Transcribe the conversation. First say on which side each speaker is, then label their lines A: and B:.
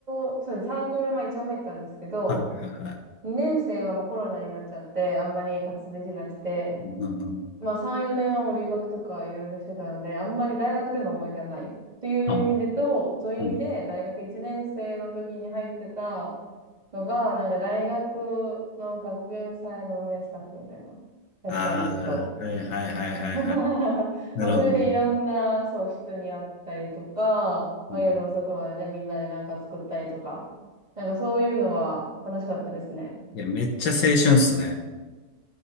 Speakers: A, on the right; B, on the left.
A: を、そうです、サークル、まあ一応入ったんですけど、
B: はいはい。
A: 2年生はまあコロナになっちゃって、あんまり活動できなくて、
B: うんうんうん。
A: まあ3、4年はもう留学とかいろいろしてたので、あんまり大学での思い出はない。という意味でと、
B: あ、
A: そういう意味で大学1年生の時に入ってた
B: うん。
A: のが、なんか大学の学園祭の運営スタッフみたいなやつなたんですけど。
B: ああ、はいはいはいはいはい。
A: <laughs>
B: なるほどね。
A: まあそれでいろんな、そう、人に会ったりとか、まあ夜遅くまでね、
B: うん
A: みんなでなんか作ったりとか、なんかそういうのは楽しかったですね。
B: いや、めっちゃ青春っすね。